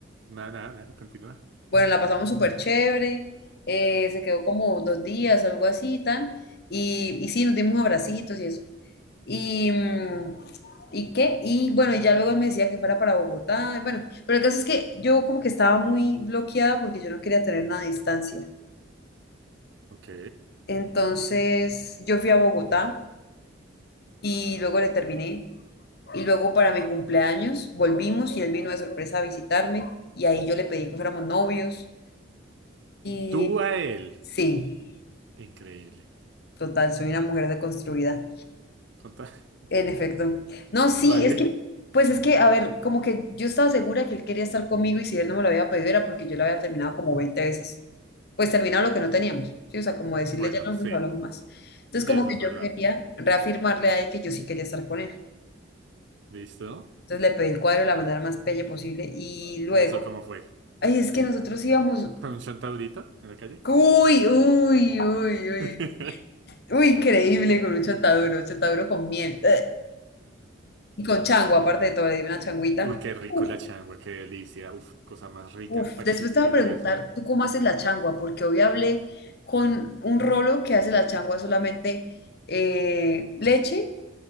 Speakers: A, on the right; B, on the left.
A: Nada, nada, nada, continúa.
B: Bueno, la pasamos súper chévere, eh, se quedó como dos días, algo así, tan, y, y sí, nos dimos abracitos y eso. Y, mm, ¿y qué? Y bueno, y ya luego él me decía que fuera para Bogotá. Bueno, pero el caso es que yo como que estaba muy bloqueada porque yo no quería tener nada de distancia.
A: Ok.
B: Entonces yo fui a Bogotá y luego le terminé. Y luego para mi cumpleaños volvimos y él vino de sorpresa a visitarme. Y ahí yo le pedí que fuéramos novios. Y
A: Tú a él.
B: sí,
A: Increíble.
B: total, soy una mujer deconstruida.
A: Conta-
B: En efecto. No,
A: <laughs>
B: sí,
A: Vale.
B: es que, pues es que, a ver, como que yo estaba segura que él quería estar conmigo y si él no me lo había pedido era porque yo lo había terminado como 20 veces. Pues terminado lo que no teníamos, ¿sí? O sea, como decirle
A: Bueno,
B: ya no
A: sí.
B: nos hablamos más. Entonces,
A: Sí,
B: como
A: eso
B: que
A: es verdad.
B: yo quería reafirmarle a él que yo sí quería estar con él.
A: ¿Listo?
B: Entonces le pedí el cuadro de la manera más pelle posible y luego,
A: ¿Y eso cómo fue?
B: ay, es que nosotros íbamos,
A: ¿Con un chantaurito en la calle?
B: uy, uy, uy, uy,
A: <laughs>
B: uy, increíble con un chontaduro, un chontaduro con miel, ¡eh! y con chango, aparte de todo, le di una changuita.
A: Uy, qué rico
B: Uf,
A: la changua, qué delicia. Uf, cosa más rica
B: Uf,
A: para
B: después
A: existir,
B: te voy a preguntar,
A: Dios mío.
B: ¿tú cómo haces la changua? Porque hoy hablé con un rolo que hace la changua solamente eh, leche